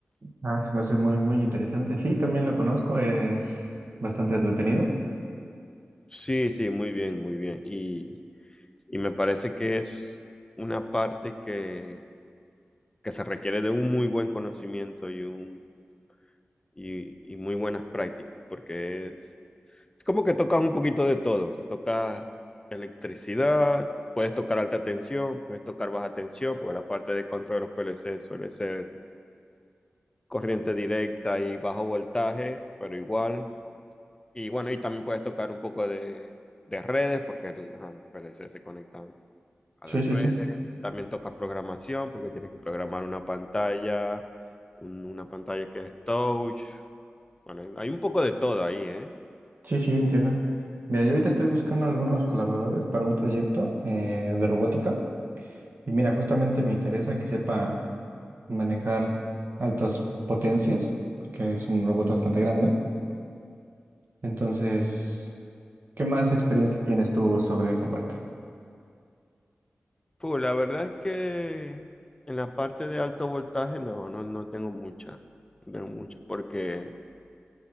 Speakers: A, on the right (about 60°); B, on the left (about 20°).
A: Ah, se me hace muy, muy interesante. Sí, también lo conozco, es bastante entretenido.
B: Sí, sí, muy bien, muy bien. Y, y me parece que es una parte que, que se requiere de un muy buen conocimiento y un y, y muy buenas prácticas, porque es, es como que tocas un poquito de todo. Tocas electricidad, puedes tocar alta tensión, puedes tocar baja tensión, porque la parte de control de los PLC suele ser corriente directa y bajo voltaje, pero igual. Y bueno, y también puedes tocar un poco de, de redes, porque ajá, los PLC se conectan a
A: Sí,
B: las
A: sí,
B: redes.
A: sí.
B: También tocas programación, porque tienes que programar una pantalla, un- una pantalla que es touch bueno, hay hay un poco de todo ahí, ¿eh?
A: Sí, sí, entiendo. Mira, yo ahorita estoy buscando algunos colaboradores para un proyecto eh, de robótica y mira, justamente me interesa que sepa manejar altas potencias, porque es un robot bastante grande. Entonces, ¿qué más experiencia tienes tú sobre esa parte?
B: Pues la verdad es que en la parte de alto voltaje no, no, no tengo mucha, no tengo mucha, porque